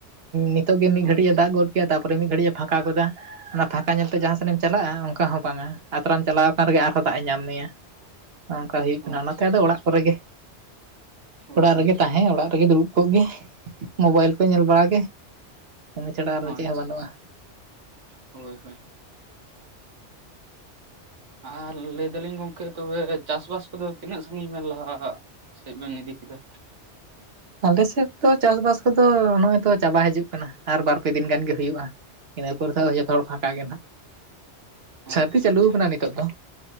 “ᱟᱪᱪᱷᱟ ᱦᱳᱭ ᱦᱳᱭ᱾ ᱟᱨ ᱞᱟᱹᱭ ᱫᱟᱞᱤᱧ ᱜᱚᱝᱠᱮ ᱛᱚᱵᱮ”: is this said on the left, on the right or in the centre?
Right